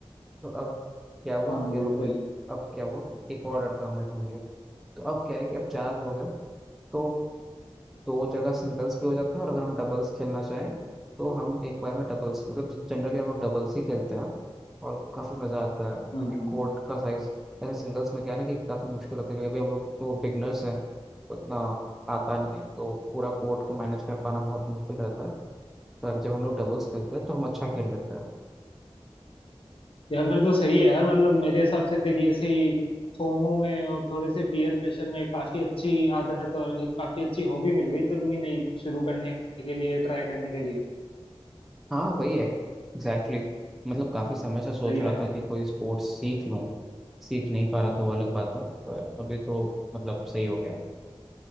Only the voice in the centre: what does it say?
तो अब क्या हुआ
कि
अब हमने अब क्या हुआ कि एक और लड़का हमने ढूंढ लिया तो अब क्या है कि अब चार लोग हैं तो दो जगह सिंगल्स भी हो जाता है और अगर हम डबल्स खेलना चाहें तो हम एक बार में डबल्स मतलब जनरली हम लोग डबल्स ही खेलते हैं और काफ़ी मज़ा आता है क्योंकि
कोर्ट का साइज ऐसे सिंगल्स में क्या है ना कि काफ़ी मुश्किल होता है क्योंकि अभी हम लोग तो बिगनर्स हैं उतना आता नहीं है तो पूरा कोर्ट को मैनेज कर पाना बहुत मुश्किल रहता है पर जब हम लोग डबल्स खेलते हैं तो हम अच्छा खेल लेते हैं
हाँ वही एग्जैक्टली exactly. मतलब काफी समय से सोच
रहा
था कि कोई स्पोर्ट्स सीख लूं सीख नहीं पा रहा था वो अलग बात है पर अभी तो मतलब सही हो गया